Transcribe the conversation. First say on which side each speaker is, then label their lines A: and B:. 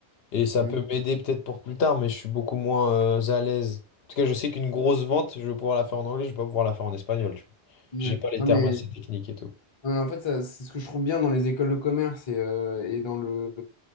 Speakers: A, on the left; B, on the left.
A: Et ça
B: Hmm.
A: peut m'aider peut-être pour plus tard, mais je suis beaucoup moins euh, à l'aise. En tout cas, je sais qu'une grosse vente, je vais pouvoir la faire en anglais, je vais pas pouvoir la faire en espagnol, tu vois.
B: Ouais.
A: J'ai pas les
B: Non,
A: termes
B: mais
A: assez techniques et tout.
B: Euh, En fait, ça, c'est ce que je trouve bien dans les écoles de commerce et, euh, et dans le,